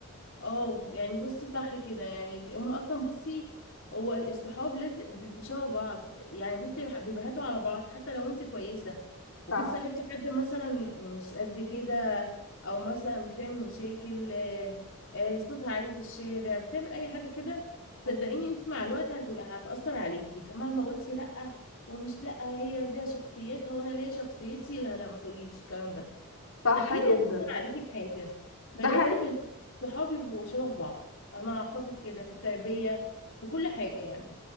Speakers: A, on the left (about 60°); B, on the left (about 80°).
A: اه يعني بصي صح كده يعني هم اصلا بصي هو الصحاب لازم بيبقوا شبه بعض يعني بصي بح- بيبهتوا على بعض حتى لو انت كويسه وجيت
B: صح
A: صاحبتي حد مثلا مش قد كده او مثلا بتعمل مشاكل آه، آه، صوتها عالي في الشارع بتعمل اي حاجه كده
B: مم.
A: صدقيني انت مع الوقت هتبقى هتاثر عليكي مهما قلتي لا ومش لا هي ليها شخصيتها وانا ليا شخصيتي لا لا ما تقوليش الكلام ده
B: صح
A: اكيد
B: جدا
A: هتأثر عليكي بحاجة
B: ده
A: فلازم
B: حقيقي
A: الصحاب يبقوا شبه بعض انا اعتقد كده في التربية في كل حاجة يعني